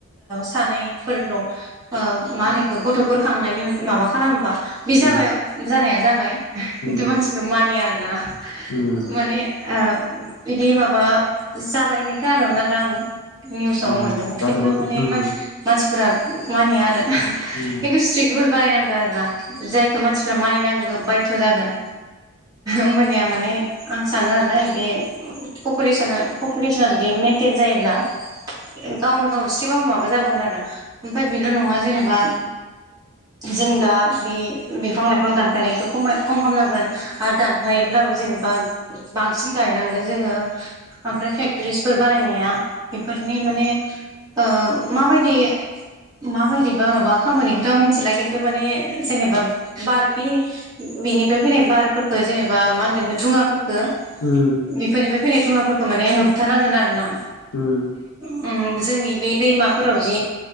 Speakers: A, on the right; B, on the left.
A: सानैफोरल' ओ मा होनो इखो गथ'फोर खांनायनि माबा खालामोबा बे
B: उम
A: जाबाय जानाया जाबाय खिन्थु
B: उम
A: मानसिफोरा मानिया आरोना
B: उम
A: माने ओ ओम बिदि माबा जाबायहोननाय खोनादोंमोन आरो आङो। निउसाव
B: उम
A: मोनदोंमोन
B: जागौमोन
A: खिन्थु माने
B: उम
A: मानसि-मानसिफोरा मानिया आरो <unintelligible>
B: उम
A: खिन्थु स्ट्रिक रुल बानायनांगौ आरो ना जायखौ मानसिफ्रा मानिनांगौ बायध' जागोन। ओमबानिया माने आं सानो आरोना ओयबे पपुलेसना-पपुलेसना जुदि मेनटेन जायोब्ला गावनो गाव एसेबाब माबा जाबोगोन आरो ओमफ्राय बेल' नङा जेनेबा जों दा बे बिफां लाइफां दानफायनायखौ खमाय खम खालामनांगोन आरो दानफायोब्लाबो जेने बा बांसिन गायनांगोन जोङो ओमफ्राय फेक्टरिसफोर बानायनाया बेफोरनि माने ओ माबायदि-माबायदिबा माबा खामगोन बिखौथ' आं मिथिला खिनथु माने जेनेबा बार बे बिनिफ्राय फैनाय बारफोरखौ जेनेबा मा होनगोन धुङाफोर खो
B: उम
A: बेफोरनिफ्राय फैनाय धुङाफोरखौ माने होबथानांगोन आरो ना
B: उम
A: ओम जोंनि बे दैमाफोराव जि